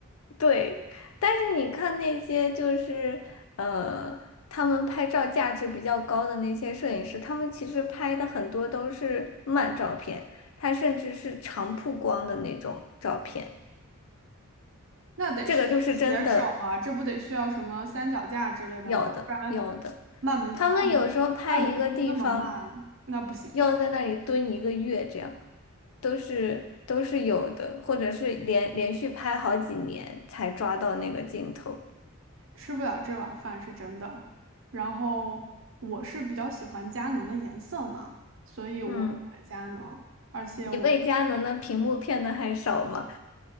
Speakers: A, on the left; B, on the right.
A: 对，但是你看那些就是呃，他们拍照价值比较高的那些摄影师，他们其实拍的很多都是慢照片，他甚至是长曝光的那种照片。
B: 那得需要铁手啊，
A: 这个就是真的
B: 这不得需要什么三脚架之类的吗？
A: 要的要的，
B: 不然慢门快门快门速度那么慢，
A: 他们有时候拍一个地方，
B: 那不行的。
A: 要在那里蹲一个月，这样都是都是有的，或者是连连续拍好几年才抓到那个镜头。
B: 吃不了这碗饭是真的。然后我是比较喜欢佳能的颜色嘛，所以我买了佳能。
A: 嗯，
B: 而且我
A: 你被佳能的屏幕骗的还少吗？